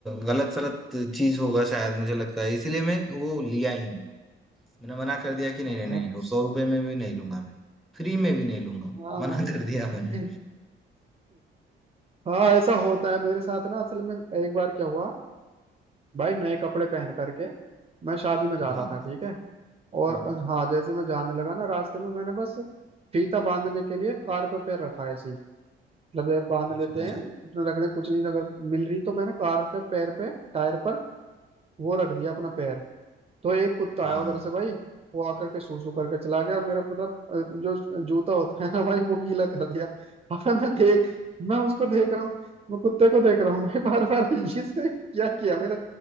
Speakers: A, in the centre; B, on the right.
A: गलत सलत चीज होगा शायद मुझे लगता है इसीलिए मैं वो लिया ही नहीं मैंने मना कर दिया कि नहीं नहीं
B: अच्छा
A: नहीं वो सौ रुपये में भी नहीं लूंगा मैं फ्री में भी नहीं लूंगा
B: हाँ
A: मना
B: भाई
A: कर दिया मैंने
B: <laughs> हाँ ऐसा होता है मेरे साथ ना असल में एक बार क्या हुआ भाई नए कपड़े पहन करके मैं शादी में जा
A: हाँ
B: रहा था ठीक है और
A: हाँ
B: हाँ जैसे मैं जाने लगा ना रास्ते में मैंने बस फीता बांधने के लिए कार पे पैर रखा है, ऐसे ही मतलब जब बांध
A: अच्छा
B: लेते
A: अच्छा,
B: हैं अपने रखने कुछ नहीं अगर मिल रही तो मैंने कार के पैर पे टायर पर वो रख दिया अपना पैर तो एक कुत्ता
A: हाँ
B: आया उधर
A: हाँ।
B: से भाई वो आकर के सूसू करके चला गया और मेरा मतलब अ, जो जूता होता है ना भाई वो गीला कर दिया <laughs> अबे मैं देख मैं उसको देख रहा हूँ मैं कुत्ते को देख रहा हूँ भाई बार बार इसको क्या किया मेरा